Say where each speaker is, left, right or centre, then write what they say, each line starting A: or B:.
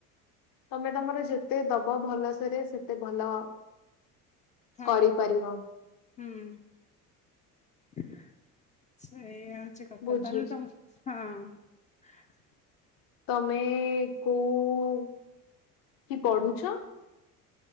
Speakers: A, on the left; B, on the left.
A: ତମେ ତମର ଯେତେ ଦବ ଭଲସେରେ ସେତେ ଭଲ
B: ହଁ
A: କରିପାରିବ
B: ହୁଁ ଆଚ୍ଛା ଏୟା ଛି କଥା
A: ବୁଝୁଛି।
B: ତାହେଲେ ତମ ହଁ <unintelligible>
A: ତମେ କୋଉ କି ପଢୁଛ?